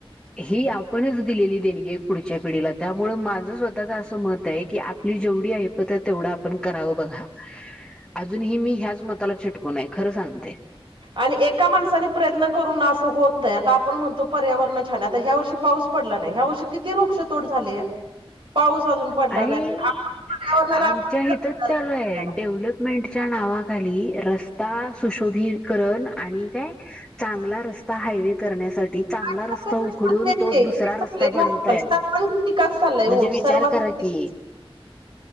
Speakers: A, in the centre; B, on the right.
A: ही आपणच दिलेली देणगी हे पुढच्या पिढीला त्यामुळं मा झ स्वतःच असं मत हे की आपली जेवढी ऐपत तेवढं आपण करावं बघा. अजूनही मी ह्याच मताला चिप कू नाही खरं सांगते.
B: आणि एका माणसाने प्रयत्न करून ना असं होत नाही आता आपण म्हणतो पर्यावरण छान हे आता ह्या वर्षी पाऊस पडला नाही ह्या वर्षी किती रुक्षतोड झालेया. पाऊस. अजून पडला
A: आहे
B: नाही आपण पर्यावरणाला
A: आमच्या
B: आपण
A: हिथंच
B: जबाबदार
A: चालू
B: आहेत
A: आहे
B: त्याला.
A: डेव्हलपमेंट च्या नावाखाली रस्ता सुशोभीकरण आणि काय चांगला रस्ता हायवे करण्यासाठ टी चांगला
B: काय
A: रस्ता
B: चाललंय
A: उखडून
B: आजकाल
A: तो
B: ते? हे
A: दुसरा रस्ता
B: चाललंय
A: बनवतायेत
B: ना आजकाल सर्वांगीण विकास चाललाय
A: म्हणजे
B: हो
A: विचार
B: सर्वांगीण
A: करा
B: विकास
A: तिये
B: चाललाय